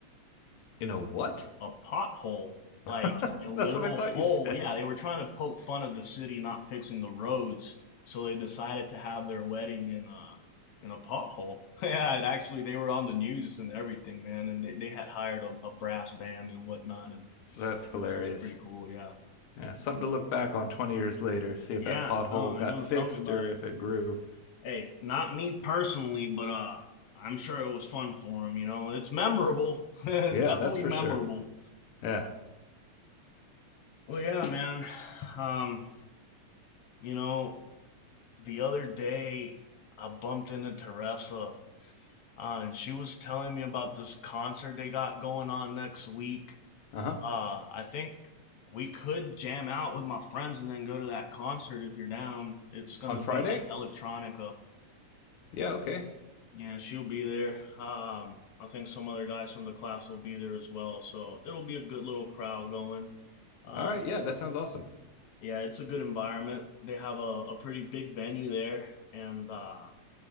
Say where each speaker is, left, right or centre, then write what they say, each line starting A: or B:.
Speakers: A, on the left; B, on the left.
A: In a what?
B: A pothole, like
A: <laughs>
B: a literal
A: That's what I thought
B: hole.
A: you said.
B: Yeah, they were trying to poke fun of the city not fixing the roads, so they decided to have their wedding in a in a pothole. <laughs> Yeah, it actually, they were on the news and everything, man, and they they had hired a, a brass band and whatnot, and
A: That's hilarious.
B: it was just pretty cool. Yeah,
A: Yeah, something to look back on 20 years later, see if
B: yeah.
A: that pothole
B: No, I
A: got
B: know.
A: fixed
B: Tell me about
A: or
B: it.
A: if it grew.
B: hey, not me personally, but uh, I'm sure it was fun for him. You know, it's memorable, <laughs> definitely
A: Yeah, that's for
B: memorable.
A: sure. Yeah.
B: Well, yeah, man. Um, you know, the other day I bumped into Teresa, uh, and she was telling me about this concert they got going on next week.
A: Uh huh.
B: Uh, I think we could jam out with my friends and then go to that concert if you're down. It's gonna
A: On Friday?
B: be like electronica.
A: Yeah. Okay.
B: Yeah, she'll be there. Um, I think some other guys from the class will be there as well. So it'll be a good little crowd going. Uh,
A: All right. Yeah, that sounds awesome.
B: yeah, it's a good environment. They have a, a pretty big venue there, and uh,